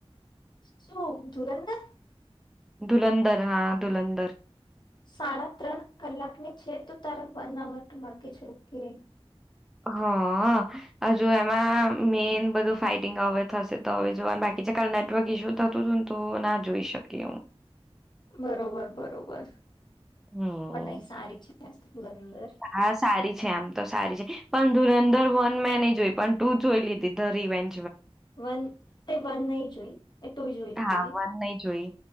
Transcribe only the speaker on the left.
શું ધુરંધર?
સાડા ત્રણ કલાકની છે. તો તારુ વન અવર ની બાકી છે ઓકે.
બરોબર બરોબર.
પણ નહીં સારી છે ધુરંધર
વન એ વન નય જોયી. એ તો જોઈ લીધી